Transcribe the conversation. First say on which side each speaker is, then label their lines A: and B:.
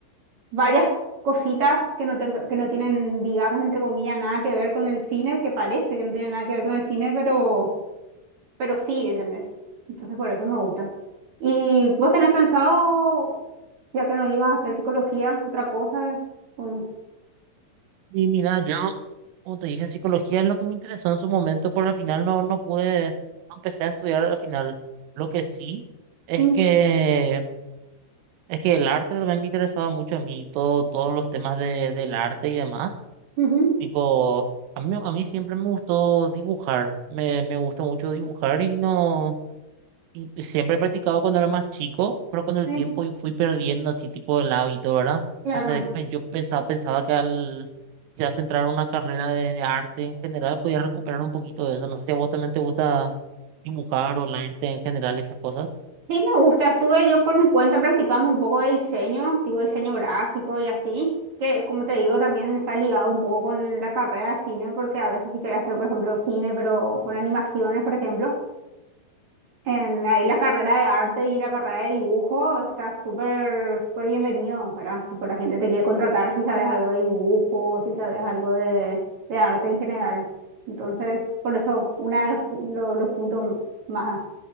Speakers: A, on the right; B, on the right.
A: varias cositas que no tenga- que no tienen, digamos, entre comillas, nada que ver con el cine, que parece que no tiene nada que ver con el cine, pero pero sí, ¿entendés? Entonces por eso me gusta. ¿Y vos tenés pensado, ya que no ibas a hacer psicología, otra cosa? ¿O no?
B: Y mira, yo, como te dije, psicología es lo que me interesó en su momento, pero al final no, no pude, no empecé a estudiar al final. Lo que sí es
A: Mm,
B: que, es que el arte también me interesaba mucho a mí, todo, todos los temas de, del arte y demás.
A: ujú,
B: Tipo, a mí, a mí siempre me gustó dibujar, me, me gusta mucho dibujar y no, y siempre he practicado cuando era más chico, pero con el
A: sí,
B: tiempo y fui perdiendo así tipo el hábito, ¿verdad?
A: claro.
B: Entonces pues, yo pensaba, pensaba que al ya centrar una carrera de, de arte en general podía recuperar un poquito de eso. No sé si a vos también te gusta dibujar o el arte en general, esas cosas.
A: Sí, me gusta. Estuve yo por mi cuenta practicando un poco de diseño, tipo diseño gráfico y así, que como te digo, también está ligado un poco con la carrera de cine, porque a veces sí quería hacer, por ejemplo, cine, pero con animaciones, por ejemplo. En ahí la carrera de arte y la carrera de dibujo está súper súper bienvenido, ¿verdad? Tipo, la gente te quiere contratar si sabes algo de dibujo, si sabes algo de, de arte en general. Entonces, por eso, uno de los, pu- lo- los puntos más